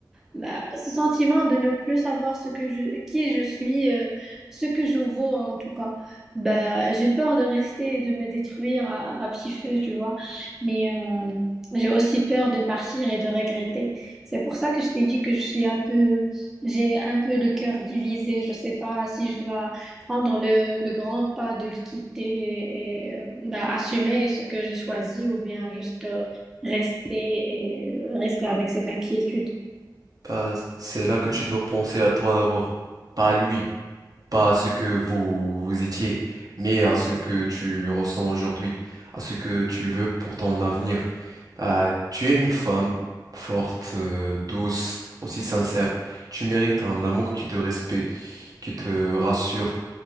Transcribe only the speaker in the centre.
bah, ce sentiment de ne plus savoir ce que je, qui je suis, euh, ce que je vaux en tout cas. Bah, j'ai peur de rester et de me détruire à, à petit feu, tu vois. Mais euh, j'ai aussi peur de partir et de regretter. C'est pour ça que je t'ai dit que je suis un peu, j'ai un peu le cœur divisé. Je sais pas si je dois prendre le, le grand pas de le quitter et, et, euh, bah, assumer ce que j'ai choisi ou bien juste euh, rester et euh, rester avec cette inquiétude.